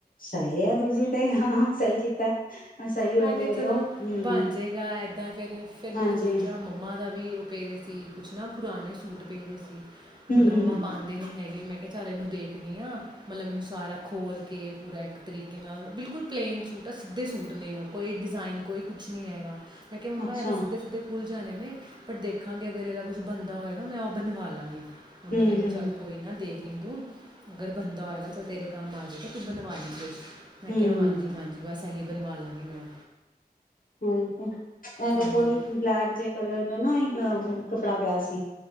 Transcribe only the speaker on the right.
ਮੈਂ
ਕਿਹਾ
ਚਲੋ
ਬਣ ਜਾਏਗਾ ਐਦਾਂ ਫਿਰ ਫਿਰ ਮੈਂ
ਸੋਚਿਆ ਮੰਮਾ ਦਾ ਵੀ ਵੀ ਉਹ ਪੇ ਰ ਸੀ ਕੁਛ ਨਾ ਪੁਰਾਣੇ ਸੂਟ ਪਏਦੇ ਸੀ
ਮਤਲਬ
ਮੰਮਾ
ਪਾਉਂਦੇ ਹੈਗੇ ਮੈਂ ਕਿਹਾ ਚੱਲ ਇਹਨੂੰ ਦੇਖਦੀ ਹਾਂ ਮਤਲਬ ਮੈਨੂੰ ਸਾਰਾ ਖੋਲ੍ਹ ਕੇ ਪੂਰਾ ਇੱਕ ਤਰੀਕੇ ਨਾਲ ਬਿਲਕੁਲ ਪਲੇਨ ਸੂਟ ਆ ਸਿੱਧੇ ਸੂਟ ਨੇ ਉਹ ਕੋਈ ਡਿਜ਼ਾਇਨ ਕੋਈ ਕੁਛ ਨਹੀਂੀ ਹੈਗਾ ਮੈਂ ਕਿਹਾ ਮੰਮਾ
ਇਹ ਤਾਂ ਸਿੱਧੇ ਸਿੱਧੇੂਲ ਜਾਣੇ ਨੇ ਪਰ ਦੇਖਾਂਗੇ ਅਗਰ ਇਹਦਾ ਕੁਛ ਬੰਦਾ ਹੋਏਗਾ ਮੈਂ ਉਹ ਬਣਵਾ ਲਾਂਗੀ ਮੰਮੀ
ਕਹਿੰਦੀ
ਚੱਲ ਕੋਈ ਨਾ ਦੇਖ ਲੈ ਤੂੰ ਅਗਰ ਬੰਦਾ ਹੋਏਗਾ ਚੱਲ ਤੇਰੇ ਕੰਮ ਆ ਜਾਵੇਗਾ ਤੂੰ ਬਣਵਾ ਲੈਂਦੇ ਮੈਂ
ਕਿਹਾ ਹਾਂਜੀ- ਹਾਂਜੀ ਬਸ ਸਹੀ ਬਣਵਾ ਲਵਾਂਗੀ ਮੈਂ
ਹਾਂਜੀ,